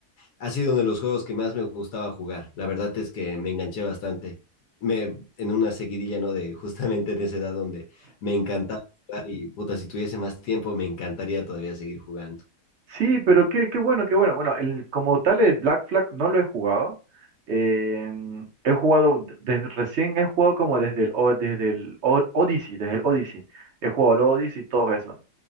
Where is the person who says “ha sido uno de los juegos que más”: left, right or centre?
Left